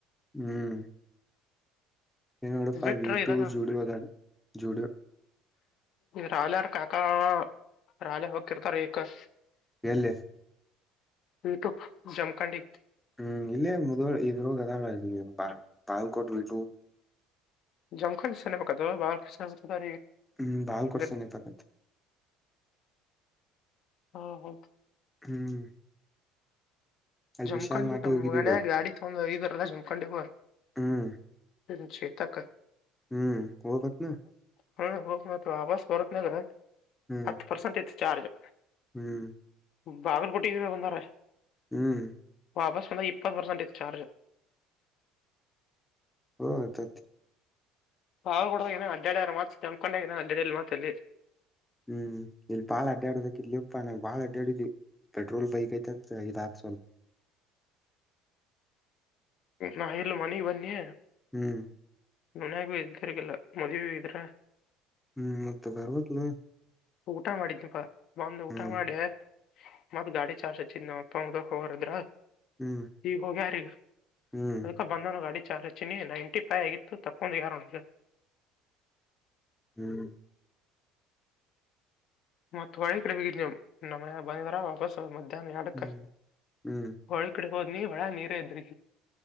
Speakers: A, in the centre; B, on the left.
A: ಹ್ಮ್ ಎೋಡಪಾ
B: ಬಿಟ್ರ
A: ವೀಟು
B: ಇದ
A: ಜೂಡ ಹದಾ ಜೂಡ
B: ರಾಲೆಾರ ಕಾಕಾ ರಾಲೆ ಹೋಗಿರ್ತಾರ ಈಗ
A: ಎಲ್ಲಿ
B: ಹು ಜಮಖಂಡಂಡ
A: ಹ್ಮ್ ಇಲ್ಲೇ ಮುದ್ ಇದ್ರದ ಬಾ ಬಾಲ್ಕೋಟ್ ಬಿಟ್ಟು
B: ಜಮಖ ಸನ್ಮಕದು ಬ ಸ ಹ
A: ಹ್ಮ್ ಬಾಳ್
B: ಇದ
A: ಕೊಡ್ಸನ ಪಕತ್
B: ಹಾ ಹೌ
A: ಹ್ಮ್ ಅಲ್ಲಿ
B: ಜಮಕಂಡಿ
A: ವಿಶಾಲ್ ಮಾಟಿ
B: ತಮ್ಮ
A: ಹೋಗಿದೀವಿ
B: ಮನ್ಯಾಗ
A: ಬೈ
B: ಗಾಡಿ ತಗೊ ಇದ್ರಲ್ಲಾ ಜಮಕಂಡಿಗೂ
A: ಹ್ಮ್
B: ಹಛೆ ತಕ್ಕ
A: ಹ್ಮ್ ಬತ್ತುನಾ
B: ಹ್ಮ ಹೋಗ ಮ ವಾಸ್ ಬರತ್ನಾಗ್ರ
A: ಹ್ಮ್
B: ಹತ್ತು ಪರ್ಸೆಂಟ್ ಐತ್ತು ಚಾರ್ಜ್
A: ಹ್ಮ್
B: ಬಾಗಲು ಕೊಟ್ಟಿದ್ದೀ ಬಂದಾರೆ
A: ಹ್ಮ್
B: ವಾಪಸ್ ಬಂದ ಇಪ್ಪತ್ತು ಪರ್ಸೆಂಟ್ ಇಐ ಚಾರ್ಜ್
A: ಹಾ ತತ್
B: ಹ ಕಡ ಅಡಾರ ಮಾತ್ ತಂಬಕೊಂಡ ನ ಅಡ್ಡ ಮಾತಲ್ಲಿ
A: ಹ್ಮ್ ಇಲ್ಲಿ ಬಾಳ ಅಡ್ಡಾಡುದಕ್ಕೆ ಇಲ್ಲಿ ಇಪ್ಪಾನ ಬಾಳ ಅಡ್ಡಾಡುದಿ ಪೆಟ್ರೋಲ್ ಬಹಕೈತಲ್ಲ ಸ
B: <inaudible> ನಾ ಇಲ್ ಮನೆಿ ಬನ್ನಿ
A: ಹ್ಮ್
B: ಗುನ್ಯಾಗೂ ಇದ್ದಿರ್ಗಿಲ್ಲ ಮದ್ುವ ಇದ್ರ
A: ಹ್ಮ್ ಮತ್ತೆ ಬರ್ಬೇಕಕ್ಲ
B: ಊಟ ಮಾಡಿದನಿಪ್ಪಾ ಬಂದು ಊಟ
A: ಹ್ಮ್
B: ಮಾಡೆ ಮತ್ತ್ ಗಾಡಿ ಚಾರ್ಜ್ ಹಚ್ಚಿದ್ ನ ಅಪ್ಪ ಉದಕ್ ಹೋಗಾರದ್ರ
A: ಹ್ಮ್
B: ಈಗ ಹೋಗ ಯಾರೀಗ
A: ಹ್ಮ್
B: ಅದಕ್ಕ ಬಂದ ಗಾಡಿ ಚಾರ್ಜ ಚಿನಿ ನೈಂಟಿ ಫೈ ಆಗಿತ್ತು ತಕೊಂಡು ಯ ನೋಡ
A: <inaudible>
B: ಮತ್ ಹೊಳ್ಳೆ ಕಡೆ ಬಂದ್ರೆ ಮುಗಿತು ನಮ್ಮ ಮನೆ ಕಡೆ ಬಂದ್ರಾ ವಾಪಸ್ ಮ ಅದಕ್ಕ
A: ಹ್ಮ್ ಹ್ಮ್
B: ಹೊಳ ಕಡೆ ಹೋದ್ನನಿ ಹೊಳೆ ಕಡೆ ನೀರೇ ಅಯ್ತ್ರಿ